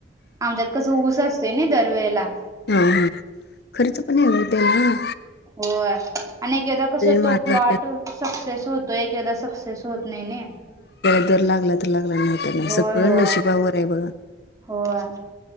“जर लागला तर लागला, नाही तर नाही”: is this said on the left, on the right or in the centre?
Left